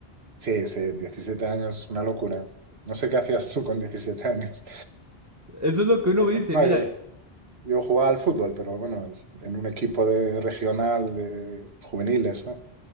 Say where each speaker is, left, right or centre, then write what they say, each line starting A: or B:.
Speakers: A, on the right; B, on the right.
A: Sí, sí, 17 años, una locura. No sé qué hacías tú con 17 años.
B: Eso es lo que uno
A: Pero,
B: dice,
A: No,
B: mira,
A: yo, yo jugaba al fútbol, pero bueno, en un equipo de regional de juveniles, ¿no?